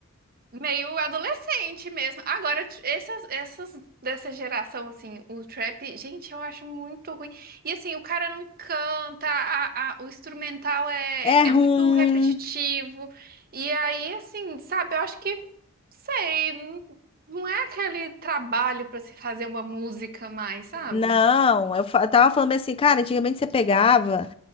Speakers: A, on the right; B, on the left.
A: Meio adolescente mesmo. Agora, t- essas, essas dessa geração, assim, o trap, gente, eu acho muito ruim. E assim, o cara não canta, a- a- o instrumental é,
B: É ruim.
A: é muito repetitivo. E aí, assim, sabe, eu acho que, sei, não, não é aquele trabalho pra se fazer uma música mais, sabe?
B: Não, eu, fa- eu tava falando assim, cara, antigamente você pegava.